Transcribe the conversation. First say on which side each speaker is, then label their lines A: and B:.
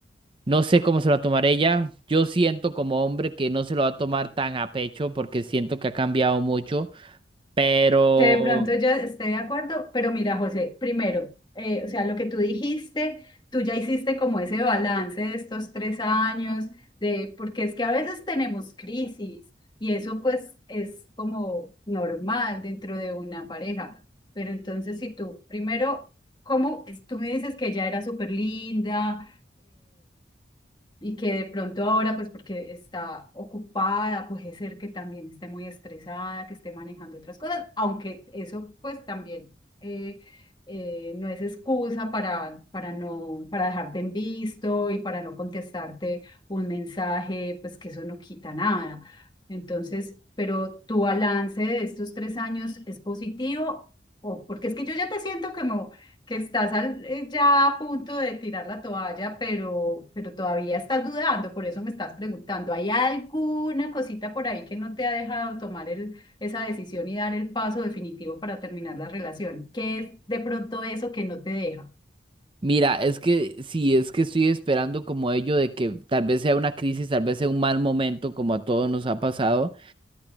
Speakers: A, on the right (about 30°); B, on the left (about 25°).
A: No sé cómo se lo va a tomar ella. Yo siento como hombre que no se lo va a tomar tan a pecho porque siento que ha cambiado mucho. Pero
B: que de pronto ya esté de acuerdo, pero mira, José, primero, eh, o sea, lo que tú dijiste, tú ya hiciste como ese balance de estos tres años, de, porque es que a veces tenemos crisis y eso pues es como normal dentro de una pareja, pero entonces si tú, primero, ¿cómo? es- Tú me dices que ella era súper linda, y que de pronto ahora, pues porque está ocupada, puede ser que también esté muy estresada, que esté manejando otras cosas, aunque eso pues también eh, eh, no es excusa para, para no, para dejarte en visto y para no contestarte un mensaje, pues que eso no quita nada. Entonces, pero tu balance de estos tres años es positivo. O, porque es que yo ya te siento como que estás al- eh, ya a punto de tirar la toalla, pero, pero todavía estás dudando, por eso me estás preguntando, ¿hay alguna cosita por ahí que no te ha dejado tomar el, esa decisión y dar el paso definitivo para terminar la relación? ¿Qué es de pronto eso que no te deja?
A: mira, es que sí, es que estoy esperando como ello de que tal vez sea una crisis, tal vez sea un mal momento como a todos nos ha pasado.